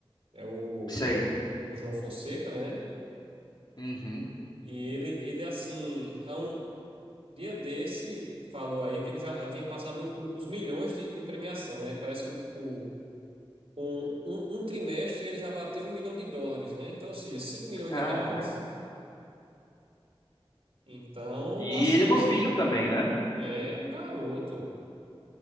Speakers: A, on the right; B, on the left.
A: é o,
B: sei.
A: o João Fonseca, né?
B: Uhum.
A: E ele, ele assim, há um dia desse, falou aí que ele já, já tinha passado o- os milhões de, de premiação, né? Parece que o, o- com um, um trimestre ele já bateu um milhão de dólares, né? Então, ou seja, cinco milhões
B: Caraca.
A: de reais. Então,
B: E
A: assim,
B: ele é novinho
A: você
B: também, né?
A: é um garoto,